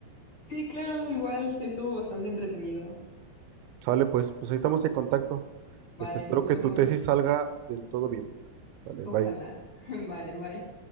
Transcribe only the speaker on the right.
Sale, pues, pues ahí estamos en contacto.
Este, espero
que
tu tesis salga del todo bien. Dale,
bye.